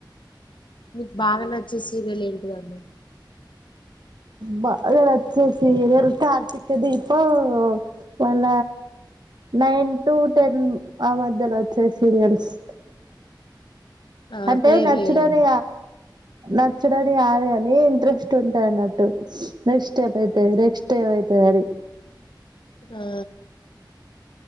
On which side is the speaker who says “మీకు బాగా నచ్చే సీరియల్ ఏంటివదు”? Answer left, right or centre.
Left